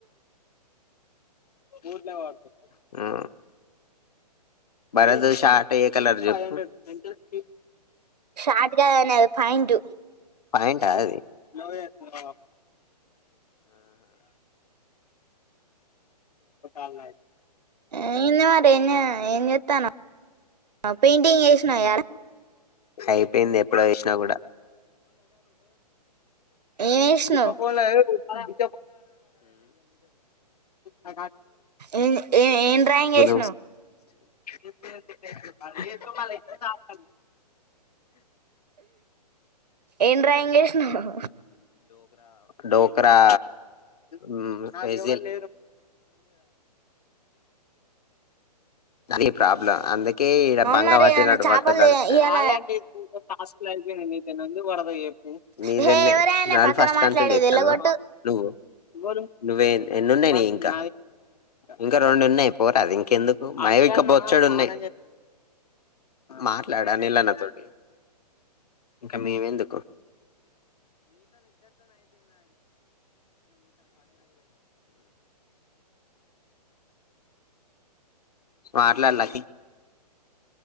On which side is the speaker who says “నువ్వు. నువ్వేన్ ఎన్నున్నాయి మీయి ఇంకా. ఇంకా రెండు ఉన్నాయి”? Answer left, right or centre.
Left